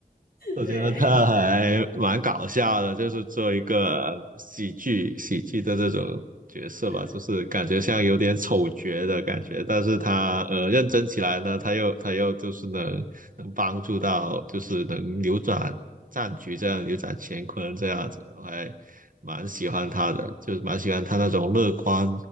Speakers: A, on the left (about 75°); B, on the right (about 60°).
A: <laughs>
B: 我觉得他还蛮搞笑的，
A: 对，
B: 就是做一个喜剧喜剧的这种角色吧，
A: 是的，
B: 就是感觉像有点丑角的感觉，但是他呃认真起来呢，他又他又就是能能帮助到，就是能扭转战局这样，扭转乾坤这样子，我还蛮喜欢他的，就是蛮喜欢他那种乐观